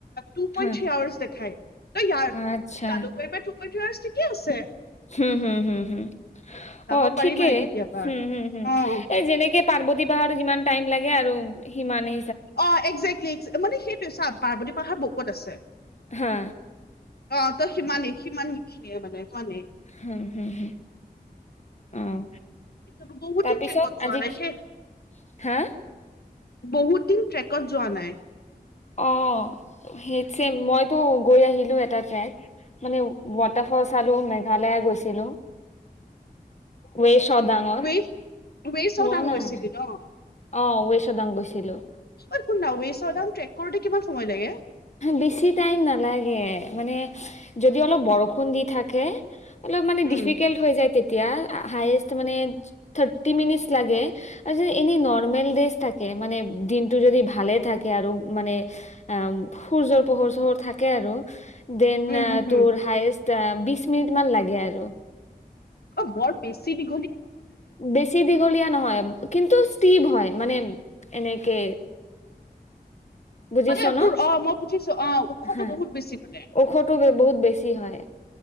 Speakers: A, on the left; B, on the left.
A: টু পইণ্ট
B: হা
A: থ্ৰী আৱাৰ্চ দেখাই, তই ইয়াৰ
B: আচ্ছা
A: জালুকবাৰীৰ পৰা টু পইণ্ট থ্ৰী আৱাৰ্চ ঠিকিই আছে।
B: উম হম হম,
A: যাব
B: অ'
A: পাৰি
B: ঠিকেই
A: মানে কেতিয়াবা
B: হম হম
A: অ'
B: এ যেনেকে পাৰ্বতী পাহাৰৰ যিমান টাইম লাগে আৰু সিমানে
A: অ' একজেক্টলি মানে সেইটো চ পাৰ্বতী পাহাৰ বহুত ক'ত আছে?
B: হা।
A: অ' ত‌ সিমানেই, সিমান খিনিয়ে মানে। সিমানেই
B: হম, হম, হম, আহ,
A: বহুত দিন
B: তাৰপিছত
A: ট্ৰেকত যোৱা
B: আজি
A: নাই
B: কি
A: সেই
B: হা
A: বহুত দিন ট্ৰেকত যোৱা নাই।
B: অ', সেই চেম মইতো গৈ আহিলো এটা ট্ৰেক। মানে, ৱাটাৰফল চালো, মেঘালয়ে গৈছিলো। ৱে শাওডাঙত,
A: ৱে ৱে চাওদাং
B: হোৱা নাই
A: গৈছিলি ন?
B: অ' ৱে <unintelligible> গৈছিলো।
A: ঐ শুননা ৱে শাওডাঙত ট্ৰেক কৰোতে কিমান সময় লাগে?
B: বেছি টাইম নালাগে মানে, যদি অলপ বৰষুণ দি থাকে অলপ মানে,
A: উম,
B: ডিফিকাল্ট হৈ যায় তেতিয়া। হাইষ্ট মানে থাৰ্টি মিনিট লাগে। আৰু এনে নৰ্মেল ডেজ থাকে, মানে দিনটো যদি ভালে থাকে, আৰু মানে সূৰ্যৰ পোহৰ চোহৰ থাক, আৰু দেন
A: উম, হম, হম,
B: তোৰ হায়ষ্ট বিছ মিনিট মান লাগে আৰু।
A: অ', বৰ বেছি দি
B: বেছি দিঘলীয়া নহয়, কিন্তু <unintelligible> হয় মানে এনেকে বুজিছ
A: মানে
B: ন
A: তোৰ অ' মই বুজিছোঁ। আহ, ওখটো
B: হা
A: বহুত বেছি মানে?
B: ঔষধো বহুত বেছি হয়